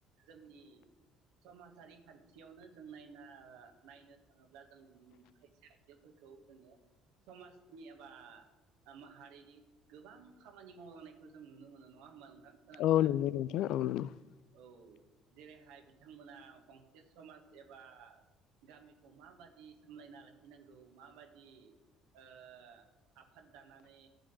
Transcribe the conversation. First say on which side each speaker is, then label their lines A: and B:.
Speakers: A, on the right; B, on the left.
A: जोंनि समाजारि खान्थियावनो जों नायना नायनो थाङोब्ला जों नुनो मोनो खायसे आइजोफोरखौ जोङो समाजनि एबा माहारिनि गोबां खामानि मावलांनायखौ जों नुनो मोनो नङा होमबा <unintelligible> <unintelligible> खोनादोंना
B: औ नंगौ नोंथां औ नंगौ
A: औ। जेरैहाय बिथांमोना गंसे समाज एबा गामिखौ माबादि सामलायना लाखिनांगौ माबायदि ओ आफाद दानानै